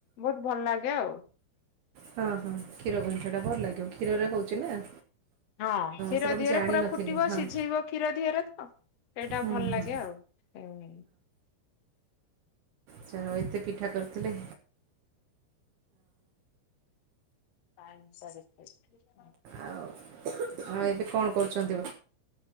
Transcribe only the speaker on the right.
ହଁ ହଁ କ୍ଷୀର ଗଛା ଟା ଭଲ୍ ଲାଗିବ କ୍ଷୀରରେ ହଉଛି ନା।
ସେଇଟା ମୁଁ
ଜାଣିନଥିଲି
ହଁ
ହୁଁ
ହୁଁ
ଯାହଉ ଏତେ ପିଠା କରିଥିଲେ।
ଆଉ ଏବେ କଣ କରୁଛନ୍ତି।